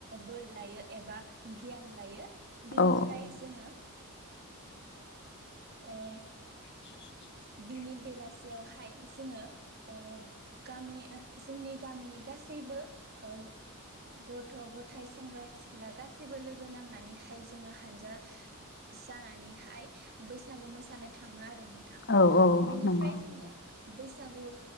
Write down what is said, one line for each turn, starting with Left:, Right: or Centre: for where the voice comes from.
Right: बोर लायो एबा गियान लायो। बिनिफ्राय
Left: औ
Right: जोङो ओ
Left: <unintelligible>
Right: बिनि बेलासियावहाय जोंङो ओ गामि ओन जोंनि गामिनि गासैबो ओ गथ' गथाय सेंग्रा सिख्ला गासैबो लोगो नांनानैहाय जोंङो हानजा जानानैहाय बैसागु मोसानो थांङो आरो नोंथां
Left: औ औ
Right: बिनिफ्राय
Left: नंगौ
Right: जोंङो बैसागु